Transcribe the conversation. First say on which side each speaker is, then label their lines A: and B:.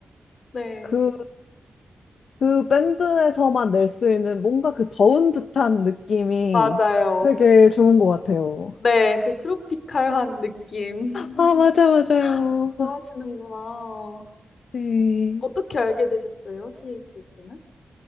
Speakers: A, on the left; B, on the left.
A: <laughs> 네,
B: 그 그 밴드에서만 낼 수 있는 뭔가 그 더운 듯한 느낌이
A: 맞아요.
B: 되게 좋은 것 같아요.
A: 네, 그 트로피칼한 느낌.
B: 아,
A: <laughs>
B: 맞아, 맞아요.
A: 좋아하시는구나. 어,
B: 네.
A: 어떻게 알게 되셨어요? CHS는?